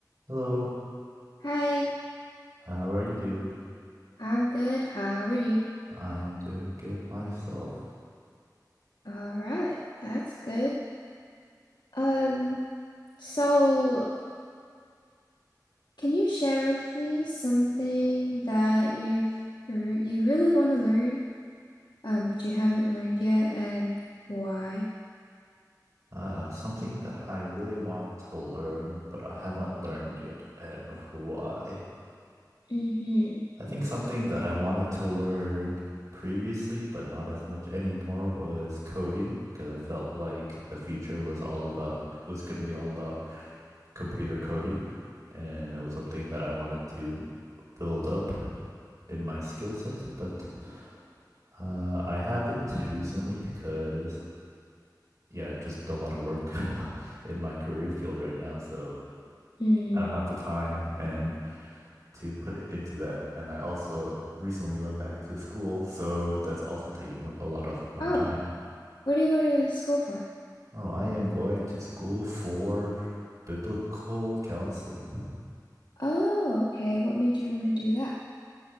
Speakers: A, on the right; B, on the left.
A: Hello,
B: Hi,
A: how are you doing?
B: I'm good. How are you?
A: I am doing good myself.
B: All right, that's good. Um, so can you share with me something that you've heard you really want to learn, um, but you haven't learned yet and why?
A: Uh, something that I really want to learn, but I haven't learned yet, and why?
B: Mm-hmm.
A: I think something that I wanted to learn previously, but not as much anymore, was coding, because I felt like the future was all about was going to be all about computer coding, and it was something that I wanted to build up in my skill set, but uh, I haven't recently because yeah, just a lot of work <laughs> in my career field right now. So
B: Mm.
A: I don't have the time and to put it into that. And I also recently went back to school, so that's also taking up a lot of my
B: Oh,
A: time.
B: what are you going to school for?
A: Oh, I am going to school for biblical counseling.
B: Oh, okay. What made you want to do that?